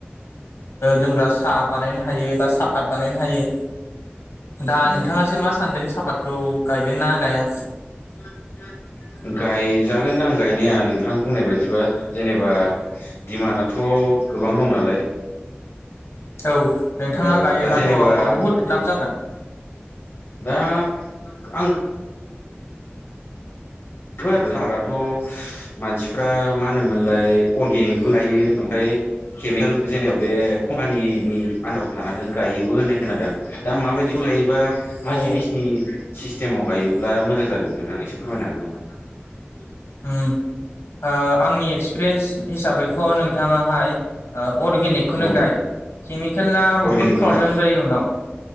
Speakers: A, on the left (about 85°); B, on the left (about 65°).
A: लोंग्रा साहा बानायनो हायो बा साहाफात बानायनो हायो। दा
B: अ
A: नोंथाङासो मा सानदों सापातखौ गायगोन ना गाया
B: <inaudible> गायजागोनदांं गायनाया नोंथां बुंनाय बायदिबा जेनेबा दिडिमान्डआथ दं गोबां दं नालाय?
A: औ नोंथाङा
B: ओ
A: गायोब्लाथ'
B: दा जेनेबा
A: बहुद लाब
B: उम
A: जागोन
B: दा आं <unintelligible> सापाथ मानसिफ्रा मा होनोमोनलाय अर्गेनिकबो गायो ओमफ्राय केमिकेल जेनेबा बे कम्पानिनि आन्दाव थानानै गायोबो होननाय खोनादों दा माबायदि? लायोबा मा
A: अ
B: जिनिसनि सिस्टेमाव गायोब्ला मोजां जागोन नोंथां एसे फोरमायनो हागोन नामा?
A: उम ओ आंनि एक्सपिरियेन्स हिसाबैथ नोंथाङाहाय ओ अर्गेनिकखौनो
B: उम
A: गाय केमिकेल ना बुहुद
B: अर्गेनिकखौ
A: प्रब्लेम
B: ना
A: जायो उनाव।